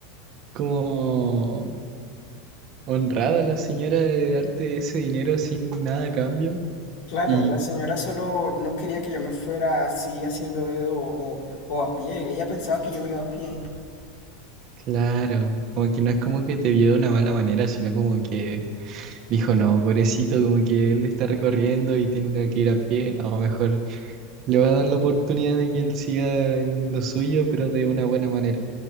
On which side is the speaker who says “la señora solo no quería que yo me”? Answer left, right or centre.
Left